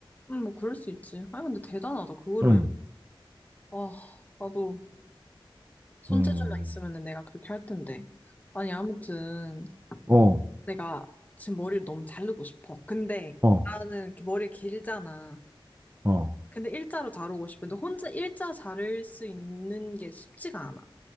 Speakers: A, on the left; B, on the right.
A: 음, 뭐 그럴 수 있지. 아 근데 대단하다. 그거를
B: 응.
A: 아 나도 손재주만
B: 음,
A: 있으면 내가 그렇게 할 텐데. 아니 아무튼
B: 어,
A: 내가 지금 머리를 너무 자르고 싶어. 근데
B: 어,
A: 나는 이렇게 머리 길잖아.
B: 어.
A: 근데 일자로 자르고 싶은데 혼자 일자 자를 수 있는 게 쉽지가 않아.